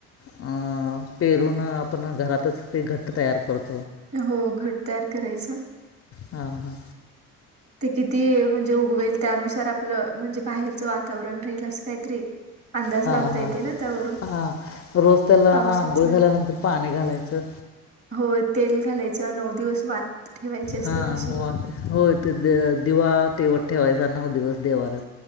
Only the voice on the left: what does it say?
अ पेरून आपण घरातच ते घट्ट तयार करतो.
हा हा.
हा
हा
हा रोज त्याला
हा आंघोळ झाल्यानंतर पाणी घालायचं.
हा
होय त ते दिवा तेवत ठेवायचा नऊ दिवस देवऱ्यावर